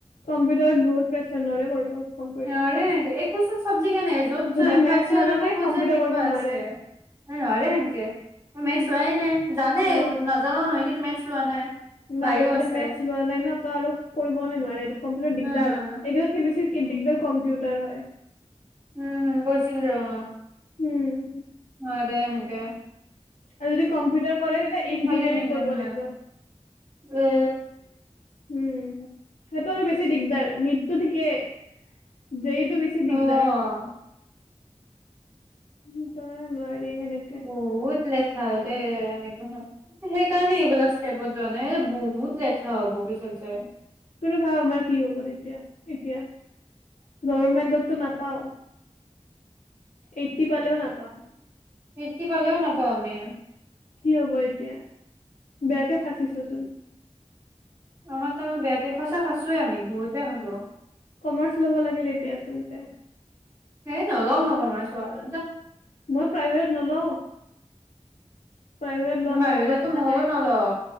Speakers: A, on the left (about 85°); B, on the right (about 25°).
A: কম্পিউটাৰত বহুত প্ৰেচাৰ নৰে কৰিব কম্পিউটাৰ।
B: <unintelligible> এক কোন চাবজেক্ট জ কে নাই য'ত
A: যদি মেথছ
B: পাইছেলব
A: নাজানে
B: খোজে
A: কম্পিউটাৰ
B: শিকা
A: কৰিব নোৱাৰে
B: আছে নৰে সেনকে
A: উম।
B: ম চোৱাই নাই জানে
A: অ
B: নাজানও নহ কিন্তু মেটছ লোৱা নাই
A: নাই
B: বায়ো
A: এতিয়া
B: আছে
A: মেথছ লোৱা নাই ন ত আৰু কৰিব নে নোৱাৰে এটো কম্পিউটাৰ দিগদাৰ
B: উম
A: এইগিলতকে বেছি কি দিগদাৰ কম্পিউটাৰ হয়
B: উম বইছিলিল অ
A: উম
B: <unintelligible> হেনকে
A: আৰু যদি কম্পিউটাৰ কৰে তেতিয়া ইঞ্জিনিয়াৰিং
B: ফালে মিলি
A: কৰিব
B: অহা নাই
A: লাগিব
B: এ
A: উম সেইটো আৰু বেছি দিগদাৰ নেটটো ঠিকেই যেইট টো বেছি
B: অ
A: দিগদাৰ উম ত নোৱাৰি হেনেকে
B: বহুত লেঠা দেই এই সেইকাৰণে এইবিলাক ষ্টেপত জোৱা নাই বহুত লেঠা হ'ব পিছত যে
A: কোনো ভাব আমাৰ কি হ'ব তেতিয়া এতিয়া গমেন্টত টো নাপাও এইট্ৰি পালেও নাপাওঁ
B: এইট্ৰি পালেও নাপাওঁ আমি
A: কি হব এতিয়া বেয়াকে ফাচিছচোন
B: আমাৰ ত আমাৰ বেয়াকে সঁচা কাছোয়ে আমি বহুত বেয়া ফছো
A: কমাৰ্চ ল'ব লাগিল এতিয়া আচলতে
B: সেই নলওঁ মই কমাৰ্চ <unintelligible> যা
A: মই প্ৰাইভেটত নলওঁ প্ৰাইভেটত লোৱা
B: <unintelligible> মইয়ো
A: মোৰ অকাত নাই
B: নলওঁ